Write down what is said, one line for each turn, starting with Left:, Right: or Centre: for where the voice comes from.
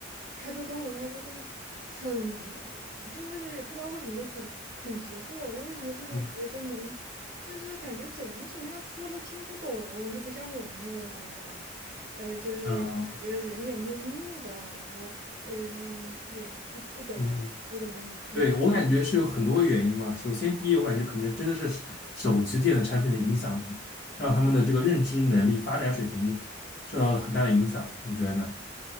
Right: 他就跟我说，他说就是很就是也不知道为什么就很很疑惑，就为什么现在学生能就是感觉怎么你怎么跟他说都听不懂，
Left: 嗯
Right: 就不像我们那个时候啊。呃，就是感觉人也木木的，
Left: 嗯嗯。
Right: 然后嗯，也不不怎么不怎么灵。
Left: 嗯对，我感觉是有很多原因嘛。首先，第一，我感觉可能真的是手手机电子产品的影响，让他们的这个认知能力发展水平受到了很大的影响。你觉得呢？